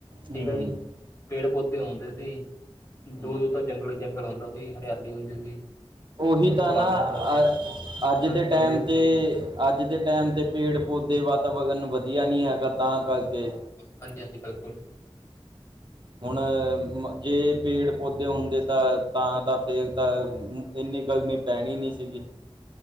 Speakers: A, on the right; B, on the left.
A: ਹੂੰ
B: ਠੀਕ ਆ ਜੀ, ਪੇੜ-ਪੌਦੇ ਹੁੰਦੇ ਸੀ।
A: ਹੂੰ
B: ਦੂਰ-ਦੂਰ ਤੋਂ ਜੰਗਲ ਹੀ ਜੰਗਲ ਹੁੰਦਾ ਸੀ। ਹਰਿਆਲੀ ਹੁੰਦੀ ਸੀ।
A: ਉਹੀ
B: ਸ਼ੁੱਧ
A: ਤਾਂ
B: ਪਾਣੀ
A: ਨਾ,
B: ਹੁੰਦਾ ਸੀ
A: ਅ ਅੱਜ
B: ਨਾਲੇ
A: ਦੇ
B: ਬੰਦੇ
A: ਟਾਈਮ ਤੇ, ਅੱਜ ਦੇ ਟਾਈਮ ਤੇ ਪੇੜ-ਪੌਦੇੇ ਵਾਤਾਵਰਨ ਵਧੀਆ ਨਹੀਂ ਹੈਗਾ ਤਾਂ ਕਰਕੇ।
B: ਹਾਂਜੀ-ਹਾਂਜੀ ਬਿਲਕੁਲ।
A: ਹੁਣ ਜੇ ਪੇੜ-ਪੌਦੇ ਹੁੰਦੇ ਤਾਂ, ਤਾਂ ਤਾਂ ਫੇਰ ਤਾਂ ਇੰਨੀ ਗਰਮੀ ਪੈਣੀ ਨਹੀਂ ਸੀਗੀ।